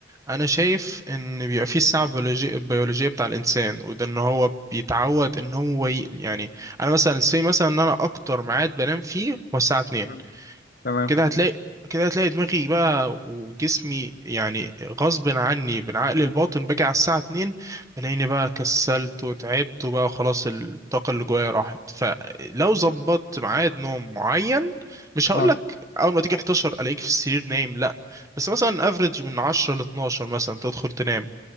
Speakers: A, on the right; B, on the left.
A: انا شايف ان بيبقى فيه الساعه البيولوجي- البيولوجيه بتاع الانسان وده ان هو بيتعود ان هو ي... يعني انا مثلا سي مثلا ان انا اكتر ميعاد بنام فيه هو الساعه 2
B: تمام تمام.
A: كده هتلاقي كده هتلاقي دماغي بقى وجسمي يعني غصب عني بالعقل الباطن باجي على الساعة 2 بلاقيني بقى كسلت وتعبت وبقى خلاص الطاقة اللي جوايا راحت فلو ظبطت ميعاد نوم معين مش هقولك
B: اه
A: أول ما تيجي 11 ألاقيك في السرير نايم لأ بس مثلا افريج من 10 ل 12 مثلا تدخل تنام